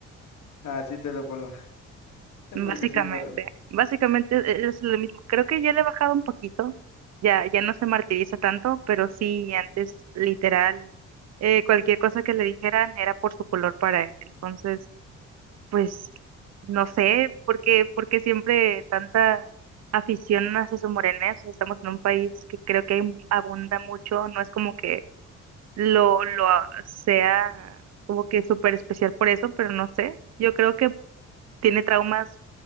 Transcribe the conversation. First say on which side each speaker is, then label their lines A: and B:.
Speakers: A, on the left; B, on the right.
A: Así te lo pongo. Es
B: Básicamente,
A: porque soy moreno.
B: básicamente e- es lo mismo. Creo que ya le he bajado un poquito, ya, ya no se martiriza tanto, pero sí, antes literal, eh, cualquier cosa que le dijeran era por su color para él. Entonces... Pues no sé por qué, por qué siempre tanta afición a Jesús Morenés. Estamos en un país que creo que hay- abunda mucho, no es como que lo, lo a- sea como que súper especial por eso, pero no sé. Yo creo que tiene traumas